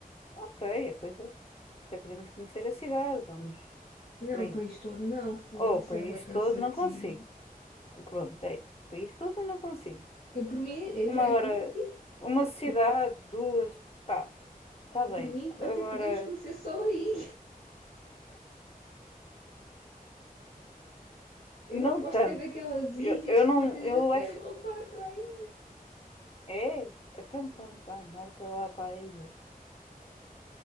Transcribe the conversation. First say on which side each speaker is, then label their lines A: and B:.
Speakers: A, on the left; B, on the left.
A: ok, a coisa. Até podemos conhecer a cidade, vamos.
B: Não,
A: por aí.
B: o país todo não, fogo.
A: Ou
B: Isso
A: o país
B: é bem cansativo.
A: todo não consigo. Pronto, é. O país todo não consigo.
B: Eu, por mim, eu
A: Uma
B: já, é
A: hora,
B: como eu te digo.
A: uma sociedade,
B: é-
A: duas, pá, está
B: por
A: bem.
B: mim,
A: Agora,
B: até podemos conhecer só aí. Eu
A: não
B: aposto
A: tanto.
B: que é daquelas ilhas
A: Eu, eu
B: que
A: não,
B: tu até dizes,
A: eu
B: eu quero
A: acho.
B: voltar para aí.
A: É, então pronto, vá, marca lá para a ilha.